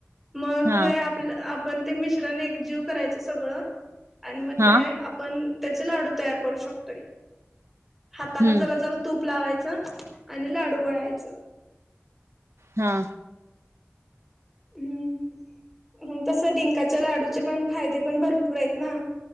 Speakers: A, in the centre; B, on the right.
A: मग
B: हा
A: आपलं आपण ते मिश्रने एक जीव करायचं सगळं, आणि मग
B: हा
A: ते आ आपण त्याचे लाडू तयार करू शकतोय, हाताला
B: हम्म
A: जरा जरा तूप लावायचं. आणि लाडू वळायचं.
B: हा.
A: हम्म. हम तस डिंकाच्या लाडूचे पण फायदे पण भरपूर आहेत ना.